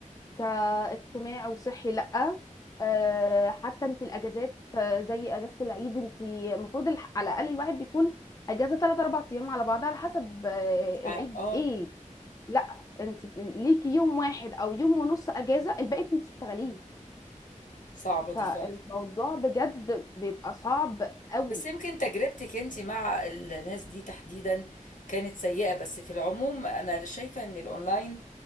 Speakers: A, on the left (about 25°); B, on the left (about 75°).
A: كاجتماعي وصحي لا آه حتى انت الاجازات آه، زي اجازه العيد انت المفروض الح- على الاقل الواحد بيكون اجازه 3 4 ايام على بعضها على حسب آه،
B: اه
A: العيد
B: آه.
A: ايه لا انت ليكي يوم واحد او يوم ونص اجازه الباقي انت بتشتغليه
B: صعبة دي
A: فالموضوع
B: فعلا
A: بجد بيبقى صعب قوي
B: بس يمكن تجربتك انت مع الناس دي تحديدا كانت سيئة بس في العموم انا شايفة ان الاونلاين